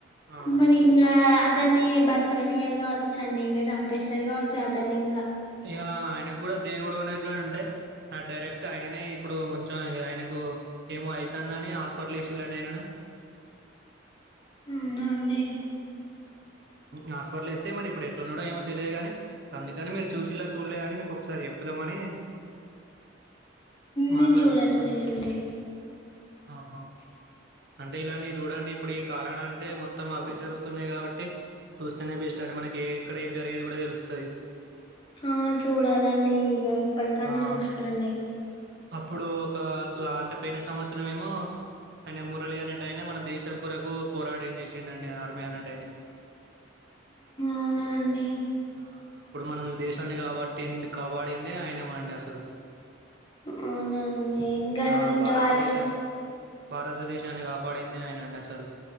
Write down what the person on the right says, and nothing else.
ఆ
ఇ ఆయనకు కూడా దేవుడు అనేవ ఉంటాయి డైరెక్ట్ ఆయననే ఇప్పుడు కొంచెం ఆయనకు ఏమో అవుతుందని హాస్పిటల్ ఇసిలాడి నేను
హాస్పిటల్ ఇస్తే మరి ఇప్పుడు ఎట్లున్నాడో ఏమో తెలియదు కాని అందుకని మీరు చూసిలా చూడలేదు అని మీకు ఒకసారి చెప్పుదామని
మాట్లాడుతున్నామండి
ఆహా అంటే ఇలాంటివి చూడండి ఇప్పుడు ఈ కాలాన అంటే మొత్తం అవే జరుగుతున్నాయి కాబట్టి టే చూస్తేనే బెస్ట్ అండి మనకి ఏ ఎక్కడ ఏం జరిగేది కూడా తెలుస్తది
ఆ
అప్పుడు ఒక లాంటిపోయిన సంవత్సరం ఏమో ఆయన మురళి అనేటైనా మన దేశం కొరకు పోరాడిం చేసిండండి ఆర్మీ అనేటైనా
ఆ అప్పుడు మనం దేశాన్ని కాబట్టి కాబడిందే ఆయన మండి అసలు
ఆ భారతదేశాన్ని
భారతదేశాన్ని కాపాడిందే ఆయన అండి అసలు